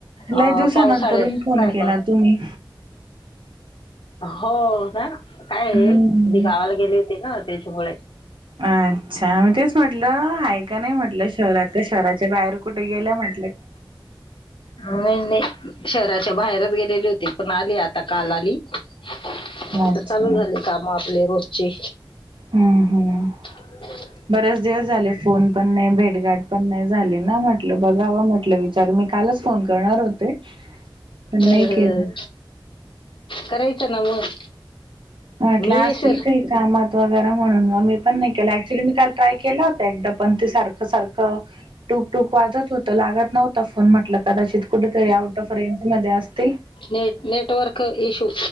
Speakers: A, on the right; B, on the left.
A: लय
B: अ
A: दिवसानंतरून
B: पावसाळ्यात
A: फोन
B: काय
A: केला
B: पावसा
A: तुम्ही
B: हो ना काय आहे
A: हम्म
B: ना मी गावाला गेले होते ना त्याच्यामुळे त्यामुळे
A: अच्छा मी तेच म्हटलं आहे की नाही म्हटलं शहरात का शहराच्या बाहेर कुठे गेला म्हटल्या
B: नाही शहराच्या बाहेरच गे ली हो पण आली आ काल आली आता
A: अच्छा
B: चालू झा काम आपले रज ज
A: हम्म हम्म
B: ह
A: बरेच दिवस झाले फोन पण नाही भेटघाट पण नाही झाली ना म्हटलं बघावा म्हटलं विचार मी काय फोन कर होते पण
B: ह
A: नाही
B: ह
A: केला
B: करायचं ना मग
A: म्हटलं
B: मी विसर
A: असतील काही कामात वगैरे म्हणून म मी पण नाही केलं ऍक्च्युली मी काल ट्राय केला होता एकदा पण ते सारखं सारखं टूक टूक वाजत होतं लागत नव्हता फोन म्हटल कदाचित कुठेतरी आउट ऑफ रेंज मध्ये असतील
B: नेट नेटवर्क इशू